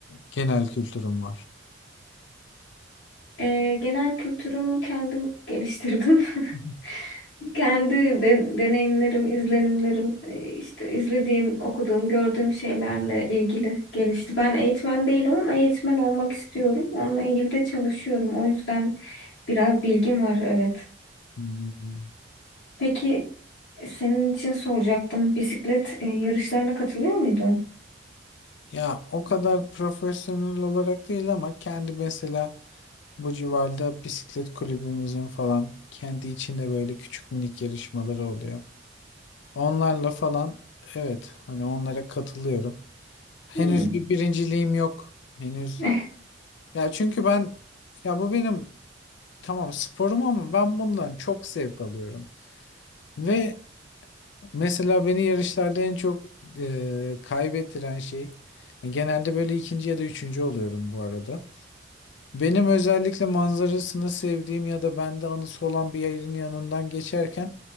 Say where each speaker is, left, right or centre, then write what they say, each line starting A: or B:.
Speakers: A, on the left (about 65°); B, on the left (about 85°).
A: genel kültürün var?
B: Ee, genel kültürümü kendim geliştirdim. <laughs>
A: Hı hı.
B: Kendi de- deneyimlerim, izlenimlerim, e, işte izlediğim, okuduğum, gördüğüm şeylerle ilgili gelişti. Ben eğitmen değilim ama eğitmen olmak istiyorum. Onunla ilgili de çalışıyorum. O yüzden biraz bilgim var, evet.
A: Hmm.
B: Peki e, senin için soracaktım. Bisiklet e, yarışlarına katılıyor muydun?
A: Ya o kadar profesyonel olarak değil ama kendi mesela Bu civarda bisiklet kulübümüzün falan kendi içinde böyle küçük minik yarışmaları oluyor. Onlarla falan evet hani onlara katılıyorum. Henüz
B: Hmm.
A: bir birinciliğim yok. Henüz.
B: Eh,
A: Ya çünkü ben ya bu benim tamam sporum ama ben bundan çok zevk alıyorum. Ve mesela beni yarışlarda en çok e, kaybettiren şey yani genelde böyle ikinci ya da üçüncü oluyorum bu arada. Benim özellikle manzarasını sevdiğim ya da bende anısı olan bir yerin yanından geçerken